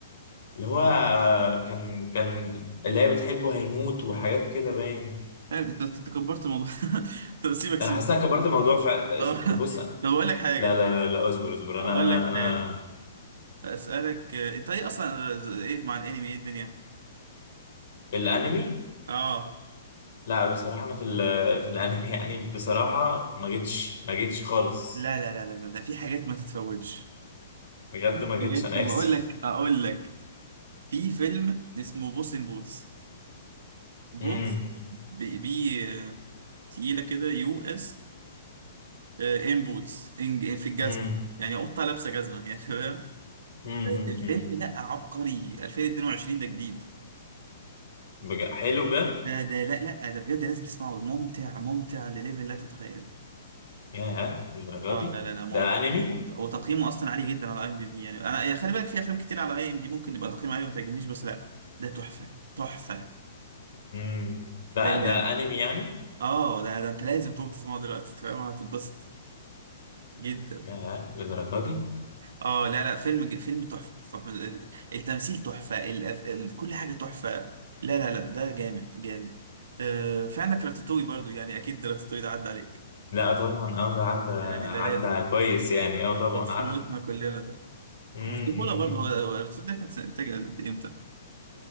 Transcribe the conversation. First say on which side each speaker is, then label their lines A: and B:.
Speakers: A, on the left; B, on the right.
A: اللي هو آه كان كان اللي هي بتحبه هيموت وحاجات كده باين
B: عارف انت انت كبرت الموضوع <laughs> طب سيبك سيبك
A: انا حاسس إن انا كبرت الموضوع ف
B: طب
A: بص لا
B: طب اقول لك حاجه
A: لا لا لا اصبر اصبر
B: اقول
A: انا انا
B: لك حاجه
A: انا
B: اسالك آه، انت ايه اصلا ز- ايه مع الانمي ايه الدنيا
A: الانمي
B: اه
A: لا بصراحة انا في ال... في الانمي <laughs> يعني بصراحة ما جيتش ما جيتش خالص
B: لا لا لا لا ده في حاجات ما تتفوتش
A: بجد
B: في
A: ما جيتش
B: حاجات
A: انا
B: طب اقول
A: اسف
B: لك اقول لك في فيلم اسمه بوس ان بوتس بوتس
A: امم
B: بي, بي آه، تقيله كده يو اس آه، ان بوتس إن في الجزمه
A: امم
B: يعني قطه لابسه جزمه يعني <laughs> تمام
A: امم
B: آه،
A: امم
B: الفيلم
A: امم.
B: لا عبقري 2022 ده جديد
A: بج... حلو بجد
B: ده ده لا لا ده بجد لازم تسمعه ممتع ممتع لليفل لا تتخيله
A: ياه للدرجة
B: اه
A: دي
B: لا لا لا ممتع
A: ده انمي
B: ممتع وتقييمه اصلا عالي جدا على اي ام دي بي يعني انا يعني خلي بالك في افلام كتير على اي ام دي ممكن يبقى تقييم عالي وما تعجبنيش بس لا ده تحفه تحفه
A: امم ده
B: ده
A: ده انمي يعني
B: اه ده ده انت لازم تقوم تسمعه دلوقتي انت فاهم هتتبسط جدا
A: ياه للدرجة دي؟
B: اه لا لا فيلم ج- فيلم تحفه تحفة. التمثيل تحفه الأف- ال- كل حاجه تحفه لا لا لا ده جامد جامد آه في عندك راتاتوي برضو يعني اكيد راتاتوي ده عدى عليك
A: لا طبعا اه ده عدى
B: يعني ده لازم
A: عدى كويس يعني اه طبعا
B: ده طفولتنا
A: عارف
B: كلنا ده
A: امم
B: مش طفوله برضه هو هو الرسول ده كان سنة انتاج قد إيه؟ امتى؟